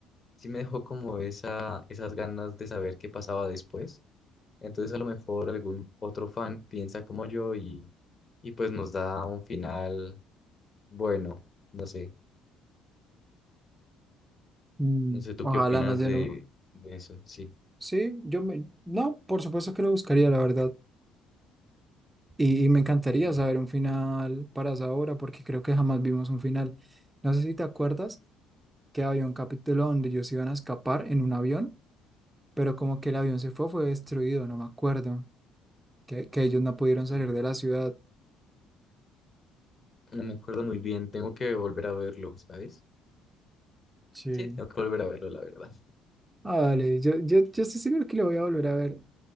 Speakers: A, on the left; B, on the right.
A: sí me dejó como esa, esas ganas de saber qué pasaba después. Entonces a lo mejor algún otro fan piensa como yo y, y pues nos da un final bueno. No sé,
B: Mm,
A: no sé tú
B: Ojalá
A: qué opinas
B: nos den
A: de,
B: un...
A: de eso, sí.
B: Sí, yo me... No, por supuesto que lo buscaría, la verdad. Y, y me encantaría
A: Ey,
B: saber un final para esa obra, porque creo que jamás vimos un final. No sé si te acuerdas que había un capítulo donde ellos iban a escapar en un avión, pero como que el avión se fue, fue destruido, no me acuerdo. que, que ellos no pudieron salir
A: eh,
B: de la ciudad.
A: No me acuerdo muy bien, tengo que volver a verlo, ¿sabes?
B: Sí.
A: Sí, tengo que volver a verlo, la verdad.
B: Ah, vale, yo, yo, yo estoy seguro que lo voy a volver a ver